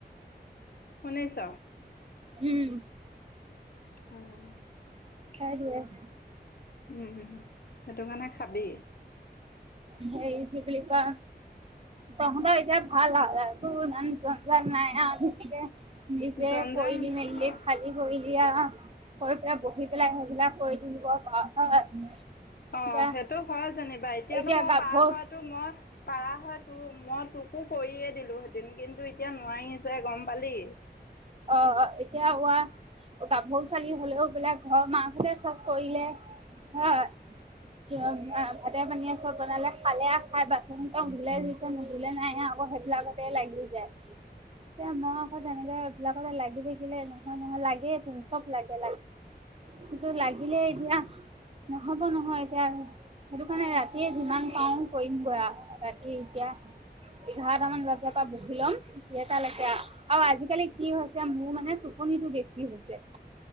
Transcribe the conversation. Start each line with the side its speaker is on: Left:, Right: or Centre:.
Left: শুনিছ।
Right: হুম।
Left: উম।
Right: সেইটোৱে।
Left: হুম হুম সেইটো কাৰণে খাবি।
Right: সেই বুলি কোৱা তহঁতৰ এতিয়া ভাল হা ত মানে নাই য়া তেনেকে নিজে
Left: জঞ্জাল
Right: কৰিলি মেলি খালি। কি কৰিলা আ হৈ পেলাই বহি পেলাই সেইবিলাক কৰি থাকিব পাওঁ হয়।
Left: অ
Right: এতিয়া
Left: সেইটো হয় যেনিবা এতিয়াতো
Right: এতিয়া
Left: মই
Right: গাভৰু
Left: পাৰা হয়তো মই পাৰা হয় তোৰ মই তোক। একো কৰিয়ে দিলোঁহেঁতেন কিন্তু এতিয়া নোৱাৰিছে গম পালি।
Right: অ অ কিয় হোৱা। গাভৰু ছোৱালী হ'লেও বোলে ঘৰৰ মাকাসোহঁতে চব কৰিলে। অ অ। তাতে পানীয়ে চব বনালে খালে খাই বাথৰুমটা উলাইছে নুবুলে নাই আকৌ সেইবিলাকতেই লাগি যায়।
Left: উ।
Right: এতিয়া মই আকৌ তেনেকে এইবিলাকতে লাগি থাকিলে নহয় নহয় লাগেই ত চব লাগে। সেইটো লাগিলে এতিয়া নহ'ব নহয় এতিয়া। সেইটো কাৰণে ৰাতিয়ে যিমান পাওঁ কৰিম বৈ ৰাতি এতিয়া। এঘাৰটামান বজাৰ পৰা বহি ল'ম সেইতালৈকে আৰু আজিকালি। কি হৈছে মোৰ মানে মানে টোপনিটো বেছি হৈছে।